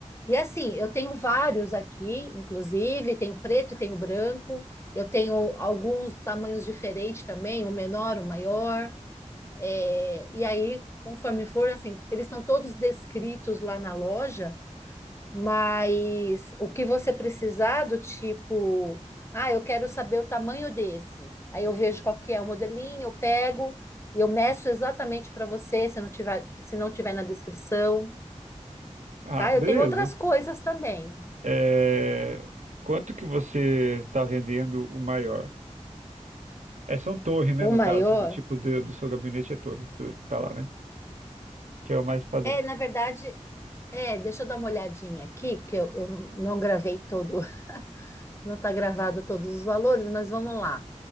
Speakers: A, on the left; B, on the right.
A: E assim, eu tenho vários aqui, inclusive, tenho preto e tenho branco, eu tenho alguns tamanhos diferentes também, o menor, o maior. É, E aí, conforme for, assim, eles estão todos descritos lá na loja. Mas o que você precisar do tipo, ah, eu quero saber o tamanho desse. Aí eu vejo qual que é o modelinho, eu pego e eu meço exatamente para você, se não tiver, se não tiver na descrição,
B: Ah,
A: tá?
B: beleza.
A: Eu tenho outras coisas também.
B: É, quanto que você está vendendo o maior? É, são torre, né,
A: O
B: no
A: maior
B: caso, o tipo de- do seu gabinete é torre, pelo que tá lá, né? Que é o mais padrão.
A: é, na verdade, é, deixa eu dar uma olhadinha aqui, que eu, eu não gravei todo, <laughs> não está gravado todos os valores, mas vamos lá.